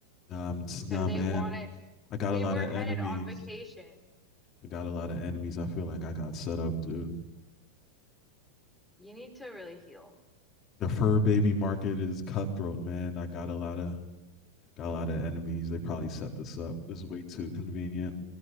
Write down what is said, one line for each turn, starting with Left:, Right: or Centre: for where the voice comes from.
Left: Nah, nah
Centre: So they
Left: man.
Centre: wanted
Left: I got
Centre: we
Left: a lot
Centre: were
Left: of
Centre: headed
Left: enemies.
Centre: on vacation.
Left: I got a lot of enemies. I feel like I got set up, dude.
Centre: You need to really heal.
Left: The fur baby market is cutthroat, man. I got a lot of Got a lot of enemies. They probably set this up. This is way too convenient.